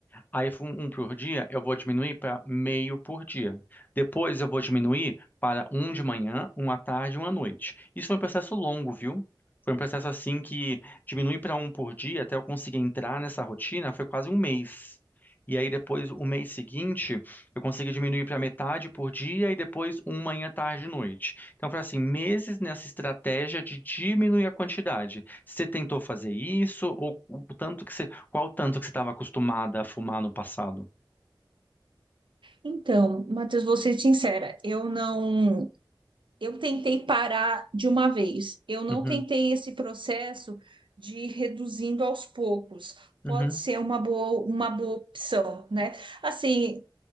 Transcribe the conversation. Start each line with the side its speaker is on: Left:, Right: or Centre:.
Left: Aí, um, um por dia, eu vou diminuir para meio por dia. Depois, eu vou diminuir para um de manhã, um à tarde e um à noite. Isso foi um processo longo, viu? Foi um processo assim que diminui para um por dia até eu conseguir entrar nessa rotina, foi quase um mês. E aí, depois, o mês seguinte, eu consegui diminuir para metade por dia e depois um manhã, tarde e noite. Então, foi assim, meses nessa estratégia de diminuir a quantidade. Você tentou fazer isso ou o tanto que você qual o tanto que você estava acostumada a fumar no passado?
Right: Então, Matheus, vou ser sincera, eu não, eu tentei parar de uma vez. Eu não
Left: Uhum,
Right: tentei esse processo de ir reduzindo aos poucos. Pode
Left: uhum,
Right: ser uma boa, uma boa opção, né? Assim,